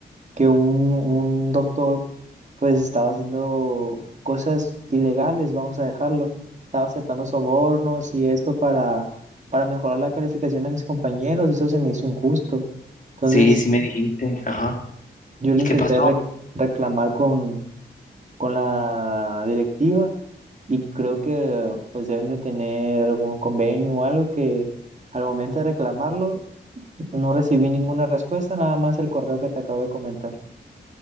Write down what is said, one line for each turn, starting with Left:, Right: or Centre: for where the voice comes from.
Right: que un, un doctor pues estaba haciendo cosas ilegales, vamos a dejarlo. Estaba aceptando sobornos y esto para, para mejorar la calificación de mis compañeros, y eso se me hizo injusto. Entonces
Left: Sí, sí me dijiste. Ajá.
Right: yo
Left: ¿Y
Right: lo intenté
Left: qué pasó?
Right: re- reclamar con con la directiva y creo que pues deben de tener algún convenio o algo que al momento de reclamarlo no recibí ninguna respuesta, nada más el correo que te acabo de comentar.